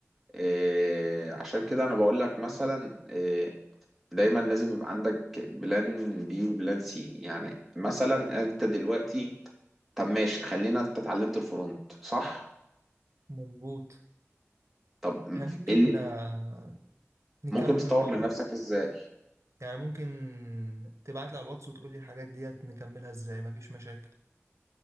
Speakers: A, in the centre; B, on the right (about 75°).
A: إيه عشان كده انا بقول لك مثلا إيه دايما لازم يبقى عندك بلان بي وبلان سي يعني مثلا انت دلوقتي طب ماشي خلينا انت اتعلمت الفرونت صح؟
B: مظبوط
A: طب
B: احنا ممكن
A: ايه اللي
B: آه، نكمل
A: ممكن تطور
B: الموضوع
A: من نفسك ازاي؟
B: يعني ممكن تبعت لي على الواتس وتقول لي الحاجات ديت نكملها ازاي مفيش مشاكل